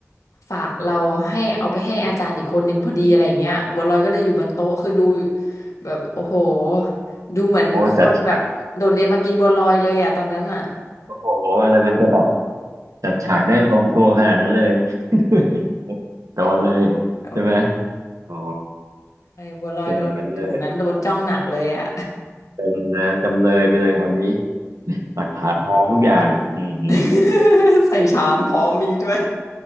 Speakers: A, on the left (about 80°); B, on the right (about 80°).
A: ฝากเราให้เอาไปให้อาจารย์อีกคนหนึ่งพอดีอะไรเงี้ยบัวลอยก็เลยอยู่บนโต๊ะคือดูแบบโอ้โหดูเหมือนคนแบบโดดเรียนมากินบัวลอยเลยอ่ะตอนนั้นอ่ะ
B: โอ้จัดฉากโอ้โหอะไรมันจะแบบจัดฉากได้ลงตัวขนาดนั้นเลย <laughs> โดนเลยใช่ไหม
A: โอ้
B: โอ้
A: ใช่บัวลอยโดนถุงนั้นโดนจ้องหนักเลยอ่ะ
B: เป็นอย่างนั้นเลยเป็นนะจำเลยไปเลยคราวนี้หลักฐานพร้อมทุกอย่างอืม
A: <laughs> ใส่ชามพร้อมมีด้วย